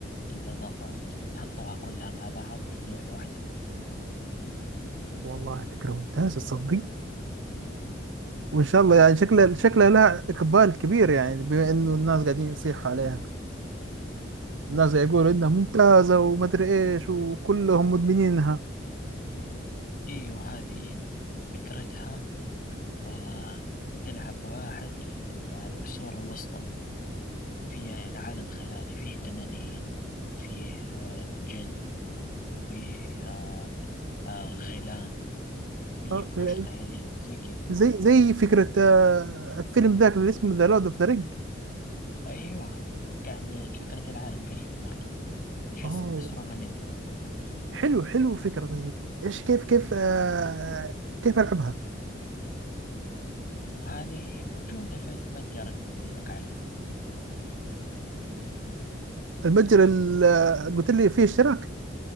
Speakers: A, on the left (about 50°); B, on the right (about 80°).
A: الإضافات حطوها كلها مع بعض في لعبة واحدة
B: والله فكره ممتازه تصدق وان شاء الله يعني شكلها شكلها لها اقبال كبير يعني بما انه الناس قاعدين يصيحوا عليها الناس يقولوا انها ممتازه وما ادري ايش وكلهم مدمنينها
A: ايوه هذه فكرتها آه تلعب واحد في العصور الوسطى فيه يعني عالم خيالي فيه تنانين فيه آه، جن وفيه آه، آه، غيلان فيه
B: اه
A: وحوش خيالية زي كذا
B: زي زي فكرة آه، فيلم ذاك اللي اسمه ذا لورد اوف ذا رينج
A: أيوة يعني فكرة العالم قريبة مرة تحس
B: اه
A: مسروقة منه
B: حلو حلو فكرة طيب ايش كيف كيف آه كيف العبها
A: هذه موجودة في المتجر اللي قلت لك عليه
B: المتجر اللي قلت لي فيه اشتراك